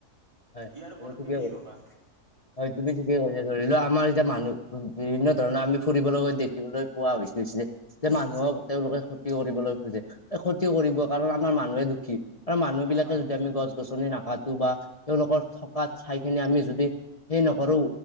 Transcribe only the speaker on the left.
হয় হয়
তুমি ঠিকেই
কৈছ।
হয় তুমি ঠিকে কৈছা, ধৰি লোৱা আমাৰ এতিয়া মানুহ বিভিন্ন ধৰণৰ আমি ফুৰিবলৈ গৈ দেখিবলৈ পুৱা হৈছ লৈছিলে। যে মানুহক তেওঁলোকে ক্ষতি কৰিবলৈ খোজে, এই ক্ষতি কৰিব কাৰণে আমাৰ মানুহে দুখী। আৰু মানুহবিলাকে
যদি আমি গছ - গছনি নাকাটো বা তেওঁলোকৰ থকা ঠাইখিনি আমি যদি সেই নকৰো